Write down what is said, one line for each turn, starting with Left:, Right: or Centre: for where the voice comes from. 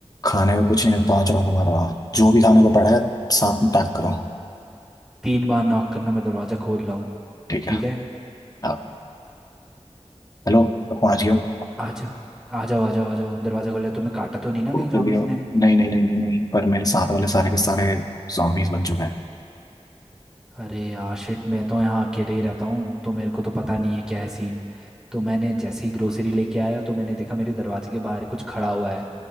Left: खाने में कुछ नहीं मैं पहुंच रहा हूँ तुम्हारे वहाँ जो भी खाने को पड़ा है साथ में पैक करो
Centre: तीन बार नॉक करना मैं दरवाज़ा खोल रहा हूँ
Left: ठीक
Centre: ठीक
Left: है
Centre: है
Left: आप हेलो मैं पहुंच गया हूँ
Centre: आ जाओ आ जाओ आ जाओ आ जाओ दरवाज़ा खोल लिया तुम्हें काटा तो नहीं ना कहीं
Left: जल्दी
Centre: जॉम्बीज
Left: आओ
Centre: ने
Left: नहीं नहीं नहीं नहीं नहीं पर मेरे साथ वाले सारे के सारे zombies बन चुके हैं
Centre: अरे यार शिट मैं तो यहाँ अकेले ही रहता हूँ तो मेरे को तो पता नहीं है क्या है सीन तो मैंने जैसे ही ग्रोसरी लेके आया तो मैंने देखा मेरे दरवाजे के बाहर कुछ खड़ा हुआ है